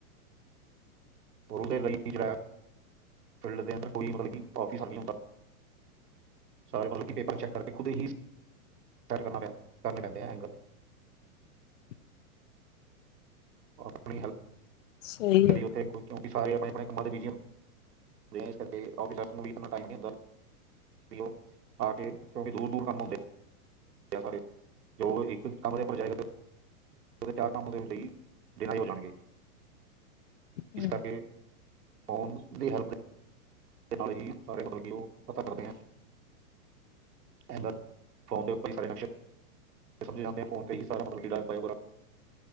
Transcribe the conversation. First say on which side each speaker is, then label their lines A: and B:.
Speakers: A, on the right; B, on the left.
A: <unintelligible> ਫਿਲਡ ਦੇ ਅੰਦਰ ਕੋਈ ਮਤਲਬ, ਔਫਿਸ਼ਰ ਨਹੀ ਹੁੰਦਾ। <inaudible> ਸਾਰੇ ਮਤਲਬ ਕਿ, ਪੇਪਰ ਚੈੱਕ ਕਰਕੇ ਖੁਦ ਹੀ। <inaudible> <unintelligible> ਕਰਨੇ ਪੈਂਦੇ ਆ ਐਂਗਲ।
B: <unintelligible>
A: <inaudible> ਉਹ ਆਪਣੀ ਹੈਲਪ।
B: ਸਹੀ ਹੈ
A: ਉੱਥੇ ਕਿਉਂਕਿ ਸਾਰੇ ਆਪਣੇ ਆਪਣੇ ਕੰਮਾਂ ਬਿਜੀ ਦੇ ਵਿੱਚ। <inaudible> ਇਸ ਕਰਕੇ ਔਫਿਸ਼ਰਸ ਨੂੰ ਵੀ, ਇਤਨਾ ਟਾਈਮ ਨੀ <inaudible> ਹੁੰਦਾ ਉਹ ਆ ਕੇ <inaudible> ਕਿਉਂਕਿ ਦੂਰ -ਦੂਰ ਕੰਮ ਹੁੰਦੇ ਆ। <unintelligible> ਉਹਦੇ ਚਾਰ ਕੰਮ ਉਦੇਂ ਲਈ, ਬਿਨਾਂ ਹੀ ਹੋ ਜਾਣਗੇ <inaudible>
B: ਹਮ
A: ਇਸ ਕਰਕੇ। ਫੋਨ ਦੀ ਹੈਲਪ <unintelligible> ਦੇ ਨਾਲ ਹੀ ਸਾਰੇ ਮਤਲਬ ਕਿ, ਉਹ ਪਤਾ ਕਰਦੇ ਆ। ਅ <unintelligible> ਫੋਨ ਦੇ ਉੱਪਰ ਹੀ ਸਾਰੇ ਨਕਸ਼ੇ। ਸਮਝੇ ਜਾਂਦੇ ਫੋਨ ਤੇ ਹੀ ਸਾਰੇ। <unintelligible>